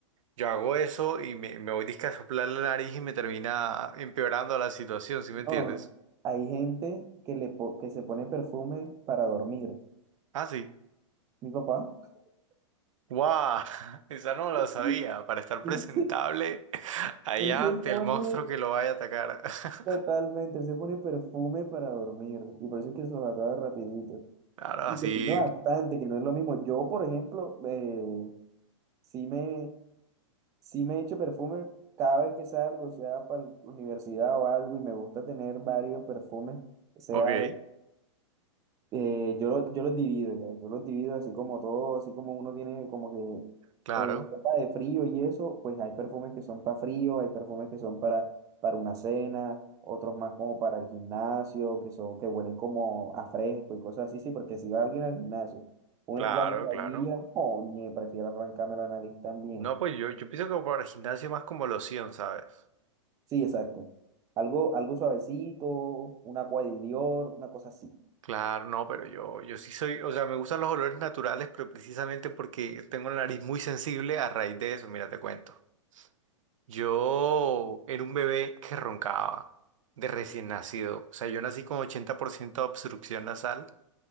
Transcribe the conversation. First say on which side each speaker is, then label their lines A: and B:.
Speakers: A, on the right; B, on the right.
A: Yo hago eso y me, me voy disque a soplar la nariz y me termina empeorando la situación, ¿sí me entiendes?
B: No, hay gente que, le po- que se pone perfume para dormir.
A: Ah, sí.
B: Mi papá,
A: ¡Guau! <laughs> Esa no la
B: <laughs>
A: sabía, para estar
B: él
A: presentable
B: se,
A: <laughs> allá
B: él se
A: ante
B: pone
A: el monstruo que lo vaya a atacar. <laughs>
B: totalmente, él se pone perfume para dormir. Y por eso es que se los acaba rapidito.
A: Claro,
B: Y
A: así.
B: se pone bastante, que no es lo mismo. Yo, por ejemplo, eh, sí me, sí me echo perfume cada vez que salgo, sea para la universidad o algo, y me gusta tener varios perfumes, sea
A: Ok.
B: de, Eh, yo, lo- yo los divido ya, yo los divido así como todo, así como uno tiene como
A: Claro,
B: que eh, ropa de frío y eso, pues hay perfumes que son para frío, hay perfumes que son para, para una cena, otros más como para el gimnasio, que son, que huelen como a fresco y cosas así, sí, porque si va alguien al gimnasio, un
A: claro,
B: splash de vainilla,
A: claro.
B: oye, prefiero arrancarme la nariz también.
A: No, pues yo, yo pienso que para el gimnasio más como loción, ¿sabes?
B: Sí, exacto. Algo, algo suavecito, una Aqua de Dior, una cosa así.
A: Claro, no, pero yo, yo sí soy, o sea, me gustan los olores naturales, pero precisamente porque tengo la nariz muy sensible a raíz de eso, mira, te cuento. Yo era un bebé que roncaba de recién nacido, o sea, yo nací con 80% de obstrucción nasal